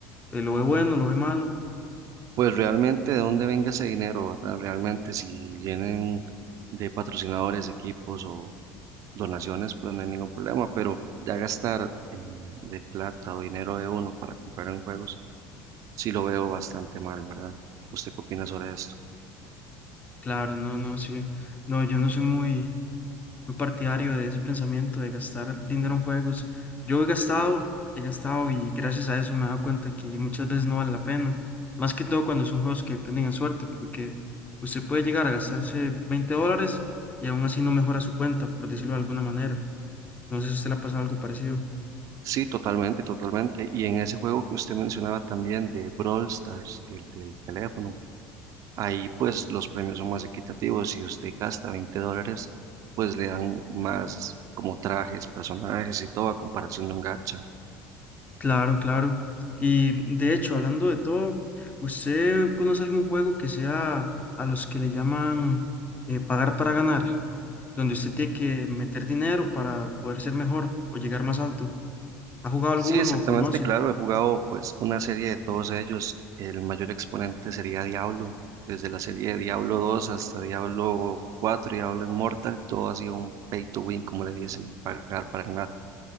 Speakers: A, on the left (about 25°); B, on the right (about 55°).
A: Eh, ¿lo ve bueno, lo ve malo?
B: Pues realmente de dónde venga ese dinero, ¿verdad? Realmente si vienen de patrocinadores, equipos o donaciones, pues no hay ningún problema, pero ya gastar eh, de plata o dinero de uno para comprar en juegos. sí lo veo bastante mal, ¿verdad? ¿Usted qué opina sobre esto?
A: Claro, no, no, sí. No, yo no soy muy, muy partidario de ese pensamiento de gastar dinero en juegos. Yo he gastado, he gastado y gracias a eso me he dado cuenta que muchas veces no vale la pena. Más que todo cuando son juegos que dependen en suerte, porque usted puede llegar a gastarse 20 dólares y aún así no mejora su cuenta, por decirlo de alguna manera. No sé si a usted le ha pasado algo parecido.
B: Sí, totalmente, totalmente. Y en ese juego que usted mencionaba también de Brawl Stars, el del teléfono, ahí pues los premios son más equitativos. Si usted gasta 20 dólares, pues le dan más como trajes, personajes y todo a comparación de un gacha.
A: Claro, claro. Y de hecho, hablando de todo, ¿usted conoce algún juego que sea a los que le llaman eh, pagar para ganar? Donde usted tiene que meter dinero para poder ser mejor o llegar más alto. ¿Ha jugado alguno
B: Sí, exactamente,
A: o conoce?
B: claro, he jugado pues una serie de todos ellos. El mayor exponente sería Diablo, desde la serie de Diablo 2 hasta Diablo 4 y Diablo Immortal, todo ha sido un pay to win, como le dicen, pagar para ganar.